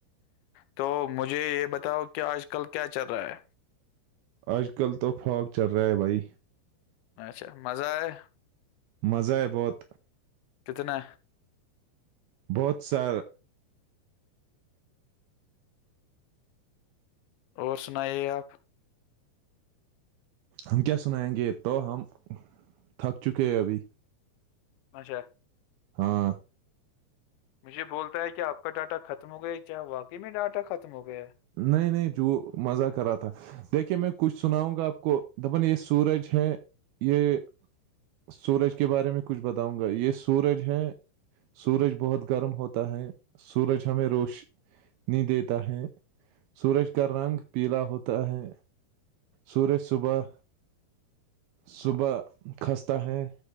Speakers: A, on the left; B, on the right.
A: تو مجھے یہ بتاؤ کہ آج کل کیا چل رہا ہے
B: اج کل تو فاغ چل رہا ہے بھائی
A: اچھا مزہ ہے
B: مزہ ہے بہت
A: کتنے
B: بہت سا
A: اور سنائیے آپ
B: ہم کیا سنائیں گے تو ہم تھک چکے ہیں ابھی
A: اچھا
B: ہاں
A: مجھے بولتا ہے کہ آپ کا ڈاٹا ختم ہو گیا کیا واقعی میں ڈاٹا ختم ہو گیا ہے
B: نہیں نہیں جو مزہ کرا تھا دیکھیے میں کچھ سناؤں گا آپ کو دپن یہ سورج ہے یہ سورج کے بارے میں کچھ بتاؤں گا یہ سورج ہے سورج بہت گرم ہوتا ہے سورج ہمیں روش نہیں دیتا ہے سورج کا رنگ پیلا ہوتا ہے سورج صبح صبح کھستہ ہیں ہیں